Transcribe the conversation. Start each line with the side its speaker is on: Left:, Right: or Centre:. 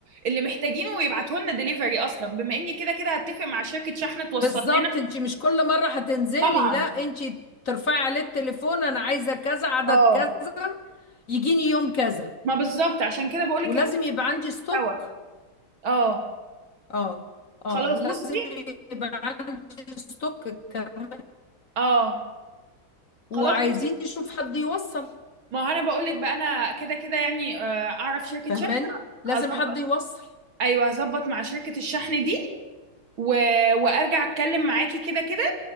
Right: اللي محتاجينه ويبعته لنا دليفري اصلا بما اني كده كده هتفق مع شركه شحن توصل
Left: بالظبط
Right: لنا
Left: انت مش كل مرة هتنزلي
Right: طبعا
Left: لا انت ترفعي عليه التليفون انا عايزة كذا عدد
Right: اه
Left: كذا يجيني يوم كذا
Right: ما بالظبط عشان كده بقول لك
Left: ولازم
Right: احنا
Left: يبقى
Right: ممكن
Left: عندي
Right: ننزل
Left: ستوك
Right: سوا اه
Left: اه اه
Right: خلاص
Left: لازم
Right: بصي
Left: يبقى عندي ستوك كمان
Right: اه
Left: وعايزين
Right: خلاص
Left: نشوف حد يوصل
Right: ما هو انا بقول لك بقى انا كده كده يعني آه، اعرف شركه
Left: فهماني
Right: شحن
Left: لازم
Right: هظبط
Left: حد يوصل
Right: ايوه هظبط مع شركه الشحن دي و... وارجع اتكلم معاكي كده كده